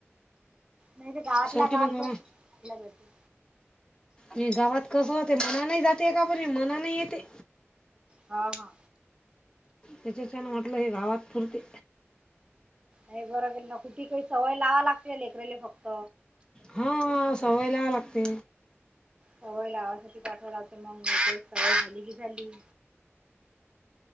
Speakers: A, on the right; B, on the left.
A: नाय त गावातला
B: शेवटी
A: गावात
B: मग गावा
A: पण लगती
B: ये गावात कस होतय मनाने जातय का पोरी मनान येतय.
A: हा हा
B: तिच्याच्यान वाटलं हे गावात पुरते.
A: नाय बरं केलं कुठे काय सवय लावा लागते लेकरले फक्त
B: हं हं सवय लावाय लागते.
A: हो लावासाठी पाठवाव लागत मंग <unintelligible> सवय झाली की झाली.